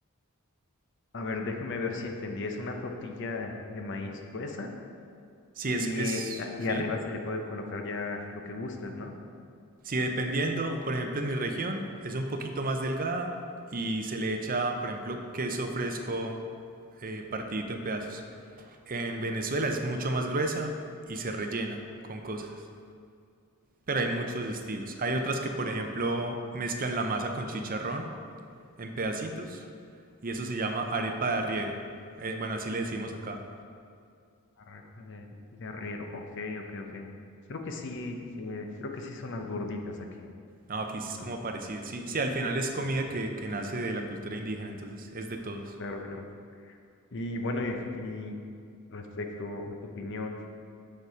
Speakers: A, on the left (about 55°); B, on the right (about 40°).
A: A ver, déjame ver si entendí. Es una tortilla de maíz gruesa
B: Si es,
A: y,
B: es,
A: eh, a- y
B: sí.
A: arriba se le puede colocar ya lo que gustes, ¿no?
B: Si dependiendo, por ejemplo, en mi región es un poquito más delgada y se le echa, por ejemplo, queso fresco eh, partidito en pedazos. En Venezuela es mucho más gruesa y se rellena con cosas. Pero hay muchos estilos. Hay otras que, por ejemplo, mezclan la masa con chicharrón en pedacitos y eso se llama arepa de arriero. Eh, bueno, así le decimos acá.
A: Arepa de, de arriero. Ok, ok, ok. Creo que sí, eh, creo que sí son las gorditas aquí.
B: No, aquí
A: Las
B: sí es
A: gorditas.
B: como parecido. Sí, sí, al final es comida
A: Ajá,
B: que, que nace de la cultura indígena, entonces es de todos.
A: claro, claro. Y bueno, y, y respecto a tu opinión,